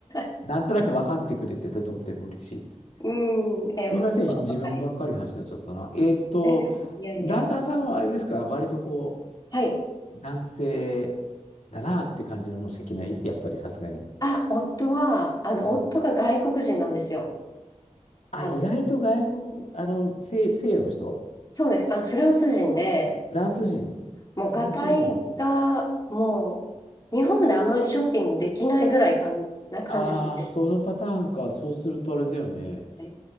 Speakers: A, on the left; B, on the left.
A: <laughs>
B: なんとなく分かってくれててとっても嬉しいです。
A: うん。え、
B: すいません、
A: わ
B: 自分ばっかりの話になっちゃったな。
A: かります。
B: えーっと、
A: え、いやいや。
B: 旦那さんはあれですか、割とこ
A: はい。
B: う、男性だなっていう感じのものしか着ないやっぱりさすがに。
A: あ、夫は、あの、
B: うん。
A: 夫が外国人なんですよ。
B: あ、
A: あ、
B: 意外と外国、あの、西、西洋の人
A: そうです。あの、フランス人で、
B: フランス人
A: もう、
B: フランス人
A: ガタイが、もう、日本であんまりショッピングできないぐらいかんな感じで、
B: ああそのパターンか。そうするとあれだよね。
A: はい